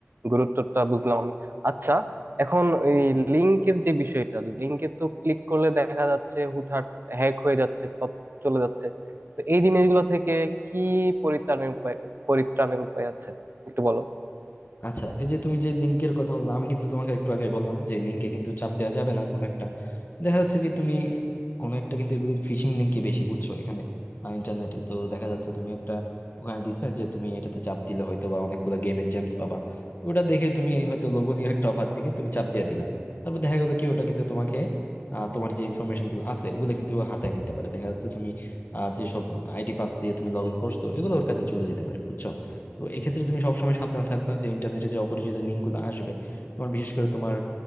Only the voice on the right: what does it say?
গুরুত্বটা বুঝলাম আমি আচ্ছা এখন এই লিংকের যে বিষয়টা লিংকে তো ক্লিক করলে দেখা যাচ্ছে হুটহাট হ্যাক হয়ে যাচ্ছে তথ্য চলে যাচ্ছে তো এই জিনিসগুলো থেকে কি পরিত্রাণের উপায় পরিত্রাণের উপায় আছে একটু বলো